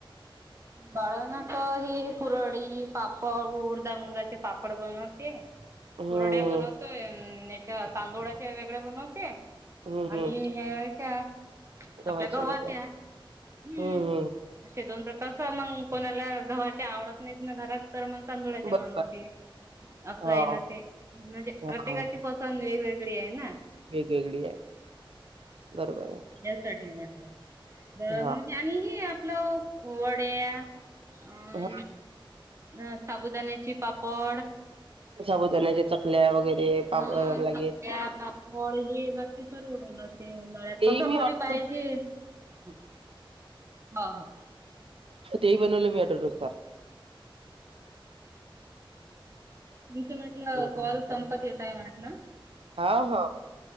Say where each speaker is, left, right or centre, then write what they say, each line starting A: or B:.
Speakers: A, on the right; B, on the right.
A: बाळण तर हे कुरडी पापड उर्दा मुंगाचे पापड बनवते.
B: हम्म
A: पुुरड्या बनवतोय याच्या तांदूळाच्या वेगळ्या बनवते.
B: हम्म
A: आणि
B: हम्म
A: हेच्या आपल्या
B: गव्हाच्या
A: गवाच्या.
B: वेगळ्या
A: हम्मे
B: हम्म हम्म
A: दोन तर कस मग कोणाला गव्हाची आवडत नाहीत ना घरात. तर मग तांदुळाचे
B: बरोबर
A: बनवते, असा
B: हा
A: आहे ना ते, म्हणजे
B: हा
A: प्रत्येकाचे वेगवेगळे आहे ना!
B: वेगवेगळी आहे. बरोबर आहे
A: यासाठी म्हटलं
B: हा
A: आणि हे आपलं वड्या अ
B: हा
A: अ साबुदाण्या्याची पापड
B: साबुदाण्याच्या चकल्या वगैरे पाप
A: हा चकल्या
B: लागे
A: पापड हे बाकी सर्व बनवत उन्हाळ्यात
B: तेही
A: तस
B: मी
A: घरी
B: ऑर्डर
A: पाहि <unintelligible>
B: <inaudible>
A: हा हा.
B: तेबनल मी ऑर्डरनुसार.
A: तुमचं म्हटलं
B: तुम्हाला
A: कॉल संपत येतय म्हटलं,
B: हा हा